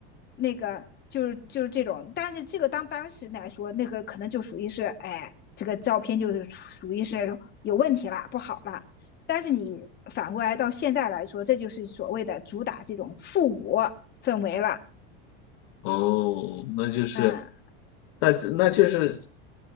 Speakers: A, on the left (about 35°); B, on the left (about 60°).
A: 那个就是就是这种，但是这个当当时来说，那个可能就属于是，哎，这个照片就是属于是有问题了，不好了。但是你反过来到现在来说，这就是所谓的主打这种复古氛围了。
B: 哦，那就是，
A: 嗯
B: 那那就是，